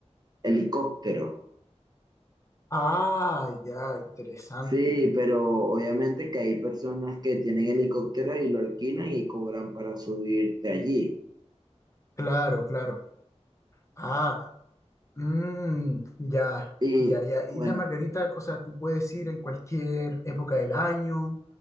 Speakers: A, on the right; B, on the left.
A: helicóptero.
B: Ah, ya, interesante.
A: Sí, pero obviamente que hay personas que tienen helicóptero y lo alquilan y cobran para subirte allí.
B: Claro, claro. Ah, Mm, ya,
A: Y
B: ya, ya.
A: bueno,
B: Y la margarita, o sea, tú puedes ir en cualquier época del año